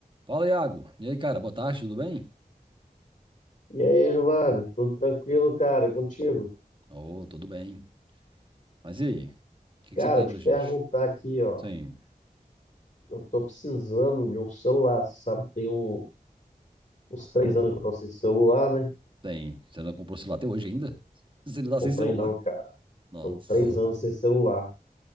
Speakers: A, on the right; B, on the left.
A: Fala, Iago. E aí, cara, boa tarde, tudo bem?
B: E aí, Giovanni, tudo tranquilo, cara? E contigo?
A: Ô, tudo bem. Mas e aí? O que
B: Cara,
A: que você tem
B: te
A: pra gente?
B: perguntar aqui, ó.
A: Sim,
B: Eu tô precisando de um celular. Você sabe, que tem um- uns três anos que eu tô sem celular, né?
A: tem. Você não comprou celular até hoje ainda? <laughs> Você ainda tá
B: Comprei
A: sem celular?
B: não, cara.
A: Nossa,
B: Tô três anos sem celular.